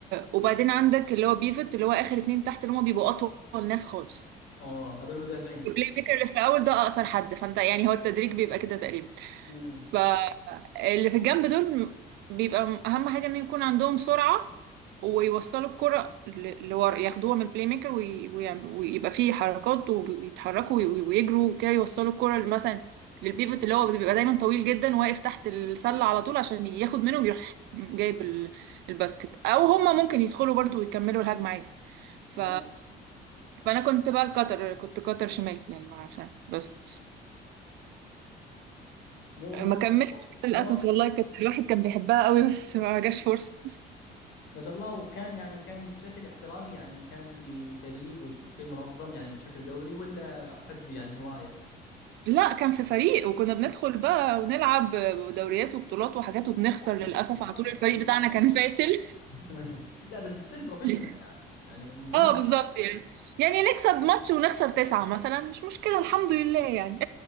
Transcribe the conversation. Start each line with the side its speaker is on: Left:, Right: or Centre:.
Right: وبعدين عندك اللي هو بيفت اللي هو اخر اتنين تحت اللي هم بيبقوا اطول ناس خالص
Left: اوه هذول المدافعين
Right: البلاي ميكر اللي في الاول ده اقصر حد فانت يعني هو التدريج بيبقى كده تقريبا
Left: امم
Right: ف اللي في الجنب دول بيبقى م- اهم حاجه ان يكون عندهم سرعه ويوصلوا الكره ل- لورا ياخدوها من البلاي ميكر وي- ويعم- ويبقى فيه حركات وبيتحركوا وي- ويجروا كده يوصلوا الكره ل- مثلا للبيفت اللي هو بيبقى دايما طويل جدا واقف تحت السله على طول عشان ياخد منهم يروح جايب ال- الباسكت او هما ممكن يدخلوا برضو ويكملوا الهجمه عادي ف...
Left: اوه
Right: فانا كنت بقى القطر كنت قطر شمال يعني ما عشان بس
Left: مو
Right: ما
Left: مو
Right: كملتش للاسف
Left: مو
Right: والله كانت الواحد كان بيحبها قوي بس ما جاش فرصه
Left: ما شاء الله وكان يعني كان بشكل احترافي يعني كان في فريق وش شيء منظم يعني بشكل دوري ولا حب يعني هواية؟
Right: لا كان في فريق وكنا بندخل بقى ونلعب دوريات وبطولات وحاجات وبنخسر
Left: اوه
Right: للاسف
Left: ما شاء الله
Right: على طول الفريق
Left: يعني
Right: بتاعنا
Left: يعني
Right: كان فاشل
Left: <laughs> لا بس ستيل بروفيشنال
Right: <laughs>
Left: يعني يعني مو
Right: اه بالظبط يعني يعني نكسب ماتش ونخسر تسعة مثلا مش مشكلة الحمد لله يعني